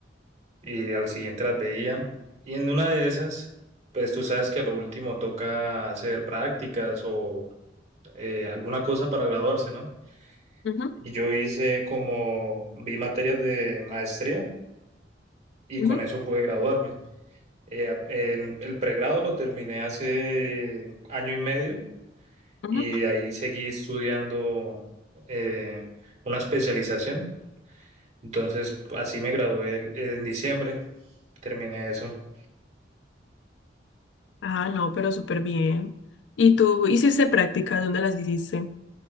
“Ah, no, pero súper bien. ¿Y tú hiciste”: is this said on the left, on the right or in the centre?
Left